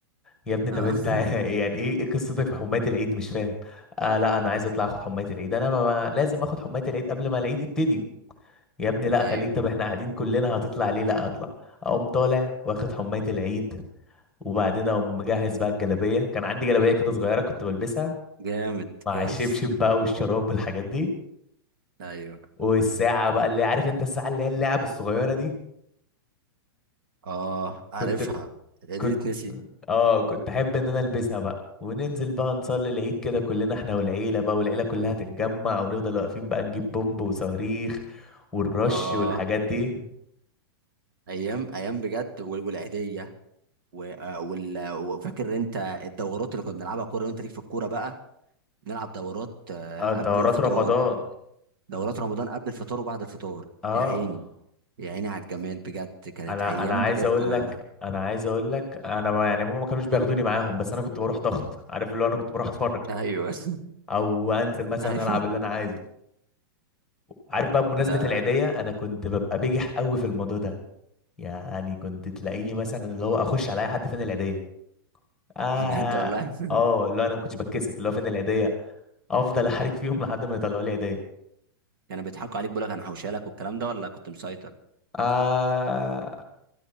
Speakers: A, in the centre; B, on the right (about 65°).
A: يا ابني
B: آه.
A: طب انت
B: <laughs>
A: <laughs> يعني ايه ايه قصتك في حماية العيد مش فاهم آه لا انا عايز اطلع اخد حماية العيد انا ما ما- لازم اخد حماية العيد قبل ما العيد يبتدي يا ابني لا
B: ايوه
A: خليك طب احنا قاعدين كلنا هتطلع ليه لا اطلع اقوم طالع واخد حماية العيد وبعدين اقوم مجهز بقى الجلابية كان عندي جلابية كده صغيرة كنت بلبسها
B: جامد
A: مع
B: جامد
A: الشبشب بقى والشراب والحاجات دي
B: ايوه
A: والساعة بقى اللي عارف انت الساعة اللي هي اللعب الصغيرة دي
B: اه عارفها
A: كنت
B: دي
A: كنت
B: تنسي
A: اه كنت احب ان انا البسها بقى وننزل بقى نصلي العيد كده كلنا احنا والعيله بقى والعيله كلها تتجمع ونفضل واقفين بقى نجيب بومب وصواريخ والرش
B: اه
A: والحاجات دي
B: ايام ايام بجد وال- والعيديه و- آه، وال- وفاكر انت الدورات اللي كنا بنلعبها كوره وانت ليك في الكوره بقى نلعب دورات آه،
A: آه،
B: قبل
A: دورات
B: الفطار
A: رمضان
B: دورات رمضان قبل الفطار وبعد الفطار
A: اه
B: يا عيني يا عيني على الجمال بجد كانت
A: انا
B: ايام
A: انا عايز
B: بجد
A: اقول
B: انا
A: لك انا عايز اقول لك انا ما يعني هم ما كانوش بياخدوني معاهم بس انا كنت بروح ضغط عارف اللي هو انا كنت بروح اتفرج
B: ايوه <laughs>
A: او انزل مثلا
B: ايوه
A: العب اللي انا عايزه عارف بقى بمناسبة
B: لا
A: العيدية انا كنت ببقى بجح قوي في الموضوع ده يعني كنت تلاقيني مثلا اللي هو اخش على اي حد فين العيدية اه
B: بجد والله <laughs>
A: اه اللي هو انا ما كنتش بتكسف اللي هو فين العيديه افضل احرك فيهم لحد ما يطلعوا لي عيديه
B: كانوا بيضحكوا عليك بيقول لك انا حوشالك والكلام ده ولا كنت مسيطر
A: آه...